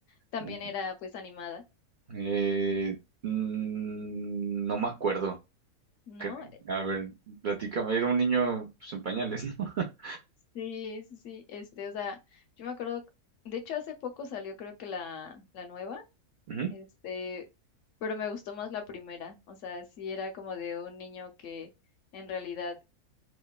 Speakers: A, on the left (about 70°); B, on the right (about 85°).
A: también
B: Ujú.
A: era pues animada,
B: Eh, mm, no me acuerdo.
A: ¿no?
B: cre- A ver, platícame, era un niño pues, en pañales, ¿no? <laughs>
A: Sí, sí, sí, este, o sea, yo me acuerdo, de hecho hace poco salió creo que la, la nueva,
B: Ujú.
A: este, pero me gustó más la primera, o sea, sí era como de un niño que en realidad